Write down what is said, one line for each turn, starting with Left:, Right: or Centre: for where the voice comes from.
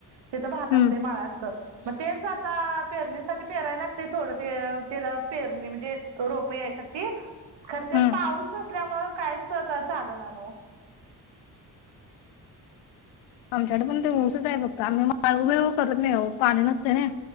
Right: तिथ भात
Left: हम्म
Right: असतय माळाच मग तेच आता पेरणीसाठी पेरायला लागतय थोडं ते ते पेरणे म्हणजे रोप यायसाठी खर ते
Left: हम्म
Right: पाऊस नसल्यामुळ कायच चाल ना न
Left: आमच्याकडे पण ते ऊसच आहे फक्त आम्ही माळ उमेळ करत नाही पाणी नसतय ना